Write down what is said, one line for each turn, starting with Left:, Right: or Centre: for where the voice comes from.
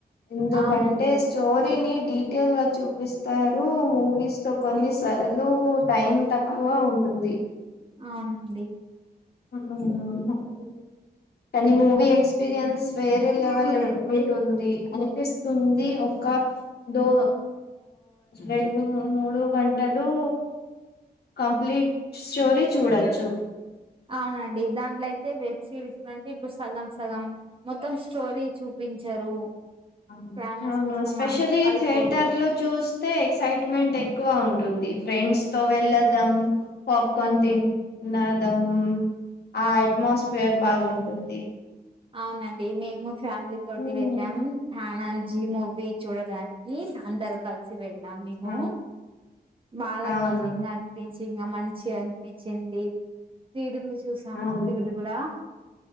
Left: ఎందుకంటే
Right: అవునండి
Left: స్ చోరీని డీటెయిల్ గా చూపిస్తారు మూవీస్ తో కొన్ని సరలు టైమ్ తక్ బాగా ఉంటుంది.
Right: అవునండి.
Left: అ <inaudible> కని మూవీ ఎక్స్పీరియన్స్ వేరే లెవెల్ ఉంది అ స్తుంది ఒక దో, రెండు, మూడు గంటలు లూ... కంప్లీట్ స్టోరీ చూడోచ్చు.
Right: అవునండి దాంట్లో అయితే వెబ్ సిరీస్ అంటే ఇప్పుడు సగం సగం మొత్తం స్టోరీ చూపించరు.
Left: <inaudible>
Right: క్లైమాక్స్
Left: అవునా..
Right: మొత్తం
Left: స్పెషలీ
Right: అయిపోదు
Left: థియేటర్ లో చూస్తే ఎక్సైట్మెంట్ ఎక్కువ ఉంటుంది. ఫ్రెండ్స్ తో వెళ్ళదాం పాప్కన్ తిన్ నదం ఆ ఎట్మాస్ఫియర్ బాగ ఉంటుంది.
Right: అవునండి. మేము ఫ్యామిలీ తోటి
Left: ఉమ్,
Right: వెళ్ళాం తానజీ మూవీ. చూడగానికి అందరు కలిసి వెళ్ళాం మేము
Left: ఆ,
Right: బాగా
Left: అవును
Right: తిర్లింగ పించి ఇంగ మంచి అనిపించింది క్రీడలు చూసాం
Left: అవును
Right: వీడు కూడా